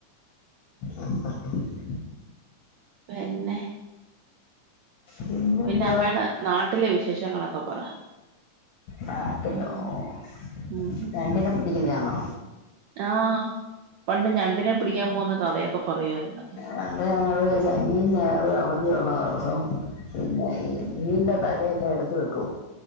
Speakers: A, on the left (about 75°); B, on the right (about 80°).
A: അഹ് അഹ് അഹ്
B: പെന്നെ
A: പിന്നെന്തുവാ
B: പിന്നെ അമ്മേടെ നാട്ടിലെ വിശേഷങ്ങളൊക്ക പറ
A: നാട്ടിലോ
B: ഉം
A: ഓഹ്
B: ഉം
A: ഞണ്ടിന പിടിക്കുന്നയാണോ
B: ആഹ് പണ്ട് ഞണ്ടിനെ പിടിക്കാൻ പോകുന്ന കഥയൊക്ക പറയുവാരുന്ന്
A: പണ്ട് ഞങ്ങള് ശനിയും ഞായറും അവധിയൊള്ള ദെവസം പിന്നെ ഈ മീന്റെ തല എല്ലാം എടുത്ത് വെക്കും